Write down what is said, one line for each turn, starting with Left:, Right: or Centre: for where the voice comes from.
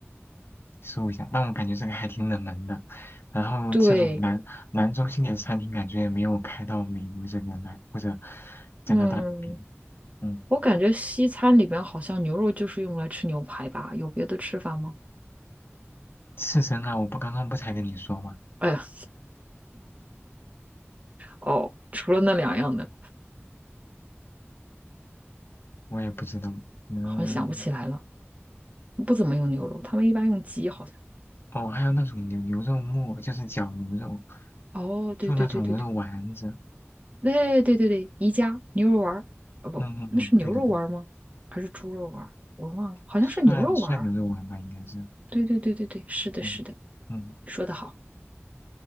Left: 搜一下。但我感觉这个还挺冷门的，然后这种南南中心点餐厅感觉也没有开到美国这边来，
Right: 对，
Left: 或者加拿大这边
Right: 嗯。
Left: 嗯，
Right: 我感觉西餐里边好像牛肉就是用来吃牛排吧，有别的吃法吗？
Left: 刺身啊，我不刚刚不才跟你说吗？
Right: 哎呀，哦，除了那两样的，
Left: 我也不知道。嗯，
Right: 好像想不起来了。不怎么用牛肉，他们一般用鸡，好像。
Left: 哦，还有那种牛牛肉末，就是绞牛肉，
Right: 哦，对对对对对，
Left: 做那种牛肉丸子。
Right: 对对对对，宜家牛肉丸儿，啊不，
Left: 嗯嗯嗯，
Right: 那是牛肉丸儿吗？
Left: 对的对的，
Right: 还是猪肉丸儿？我忘了，好像是牛肉丸儿。
Left: 涮涮牛肉丸吧，应该是。
Right: 对对对对对，是的，
Left: 嗯嗯，
Right: 是的，说得好。